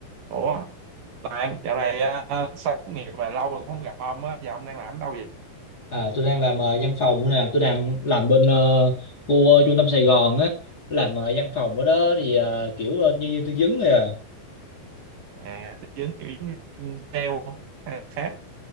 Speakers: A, on the right; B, on the left.
A: Ủa, bạn dạo này ờ, sao tốt nghiệp và lâu rồi cũng không gặp ông á, giờ ông đang làm ở đâu vậy?
B: À, tôi đang làm ờ, văn phòng nữa nè, tôi làm làm bên ờ, khu ờ, trung tâm Sài Gòn á, làm ờ, văn phòng ở đó thì ờ, kiểu ờ, nhân viên tư vấn rồi à,
A: À, tư vấn kiểu giống sale không? Hay là khác?